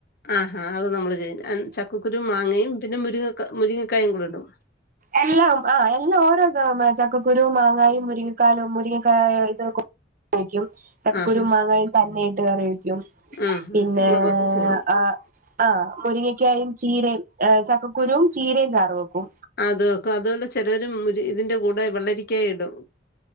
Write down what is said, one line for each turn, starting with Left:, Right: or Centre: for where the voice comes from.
Left: ആഹാ അത് നമ്മള് ചെയ്യ്ന്നാ ചക്കക്കുരു, മാങ്ങയും, പിന്നെ മുരിങ്ങ മുരിങ്ങക്കായും കൂടിയിടും.
Right: എല്ലാം ആ എല്ലാം ഓരോ <unintelligible> ചക്കക്കുരു, മാങ്ങായും, മുരിങ്ങക്കാലും, മുരിങ്ങക്കായ, ഇത് കറിവെക്കും ചക്കക്കുരും,
Left: ആഹാ
Right: മാങ്ങയും, തന്നെയിട്ട് കറിവെക്കും.
Left: ഉം
Right: പിന്നേ
Left: മുളകൊക്കെ ചെയ്യും
Right: ആ ആഹ് മുരിങ്ങക്കായും, ചീരയും, ചക്കക്കുരുവും, ചീരയും, ചാറ് വെക്കും.
Left: ആ അത് വെക്കും അതുപോലെ ചെലവര് ഇതിന്റെ കൂടെ വെള്ളരിക്കായിടും